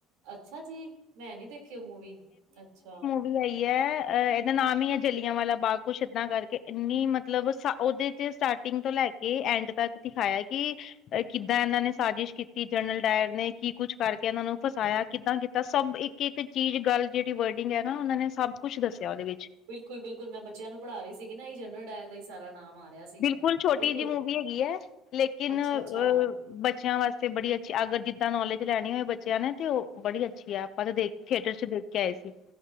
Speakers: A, on the right (about 85°); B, on the left (about 50°).
A: ਅੱਛਾ ਜੀ ਮੈਂ ਨੀ ਦੇਖੀਓ ਮੂਵੀ ਅਛਾ
B: ਵੀ ਆਈ ਹ ਅਹ ਇਹਦਾ ਨਾਮ ਹੀ ਹੈ। ਜਲੀਆਂ ਵਾਲਾ ਬਾਗ ਕੁਛ ਏਦਾਂ ਕਰਕੇ ਇੰਨੀ ਮਤਲਬ ਸਾ ਉਹਦੇ ਫਿਰ ਸਟਾਰਟਿੰਗ ਤੋ ਲੈ ਕੇ ਐਂਡ ਤੱਕ ਦਿਖਾਇਆ ਕਿ ਕਿਦਾ ਇਹਨਾਂ ਨੇ ਸਾਜਿਸ਼ ਕੀਤੀ ਜਨਰਲ ਡਾਇਰ ਨੇ ਕੀ ਕੁਝ ਕਰਕੇ ਇਹਨਾਂ ਨੂੰ ਫਸਾਇਆ ਕਿਦਾਂ ਕੀਤਾ ਸਭ ਇਕ ਕਿ ਇਕ ਚੀਜ਼ ਗਲ ਜਿਹੜੀ ਵਰਡਿਗ ਹੈ। ਨਾ ਉਹਨਾ ਨੇ ਸਭ ਕੁਛ ਦਸਿਆ ਉਹਦੇ ਵਿਚ
A: ਕੂਲ ਬਿਲਕੁਲ ਮੈ ਬੱਚਿਆਂ ਨੂੰ ਪੜਾ ਰਹੀ ਸੀ ਨਾ ਇਹ ਜਨਰਲ ਡਾਇਲ ਦਾ ਹੀ ਸਾਰਾ ਨਾਮ ਆ ਰਿਹਾ ਸੀਗਾ
B: ਬਿਲਕੁਲ ਛੋਟੀ
A: ਬਿਲਕੁਲ
B: ਜਿਹੀ ਮੂਵੀ ਹੈਗੀ ਹੈ। ਲੇਕਿਨ
A: ਅੱਛਾ-ਅੱਛਾ
B: ਅ ਬੱਚਿਆਂ ਵਾਸਤੇ ਬੜੀ ਅਛੀ ਅਗਰ ਜਿਦਾਂ ਨੌਲੇਜ ਲੈਣੀ ਹੋਏ ਬੱਚਿਆਂ ਨੇ ਤੇ ਉਹ ਬੜੀ ਅਛੀ ਹ ਮੈ ਤਾਂ ਦੇਖ ਥੀਏਟਰ ਚ ਦੇਖ ਕੇ ਆਏ ਸੀ